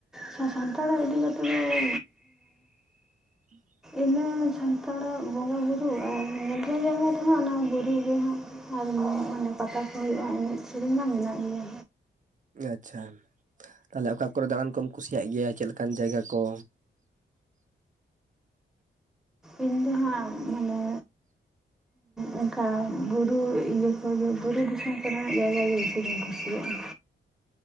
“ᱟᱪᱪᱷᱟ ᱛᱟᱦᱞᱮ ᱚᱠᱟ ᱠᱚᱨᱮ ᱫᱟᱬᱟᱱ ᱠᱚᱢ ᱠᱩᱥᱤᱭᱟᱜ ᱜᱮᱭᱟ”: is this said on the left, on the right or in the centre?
Right